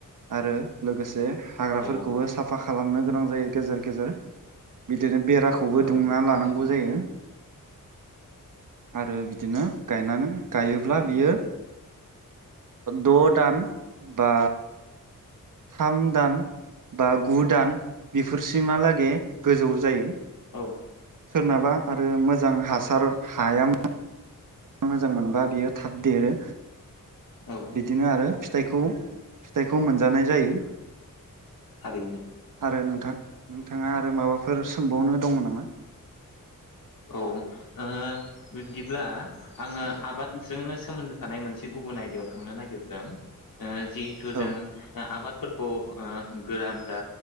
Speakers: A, on the right; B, on the left.
A: आरो लोगोसे। से हाग्राफोरखौबो
B: औ औ औ
A: साफा खालामनो। गोनां जायो गेजर गेजेर। बिदिनो बेराखौबो
B: औ
A: दुंना
B: थारैनो
A: लानांगौ जायो । आरो बिदिनो गायनानै। गायोब्ला
B: औ
A: बियो। द दान बा। थाम दान बा गु दान फोरसिमालागे गोजौ जायो
B: औ।
A: सोरनाबा आरो मोजां हासार हाया <unintelligible> मोजां मोनबा बियो थाब देरो।
B: औ
A: बिदिनो आरो जायखौ। फिथाइखौ मोनजानाय जायो
B: थारैनो
A: आरो नोंथां नोंथाङा आरो माबाफोर सोंबावनो दङ नामा।
B: औ ओ बिदिब्ला आङो आबादजोंनो सोमोन्दो थानाय मोनसे गुबुन आयदायाव थांनो नागिरदों ओ। जिहेथु जों
A: औ
B: ओ आबाद। फोरखौ ओ गोरान जा